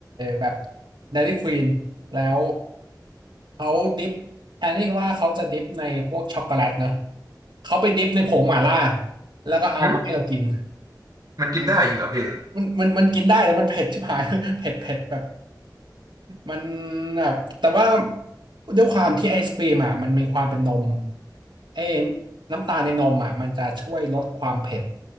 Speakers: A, on the right; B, on the right.
A: แบบเดลี่ควีนแล้วเขาดิฟแทนที่ว่าเขาจะดิฟในพวกช็อกโกแลตนะเขาไปดิฟในผงหมาล่าแล้วก็เอามาให้เรากิน
B: หึมันกินได้จริงเหรอพี่
A: มันมันมันกินได้แต่มันเผ็ดชิบหาย <laughs> เผ็ดเผ็ดแบบมันแบบแต่ว่าด้วยความที่ไอศครีมอ่ะมันมีความเป็นนมไอ้น้ำตาลในนมอ่ะมันจะช่วยลดความเผ็ด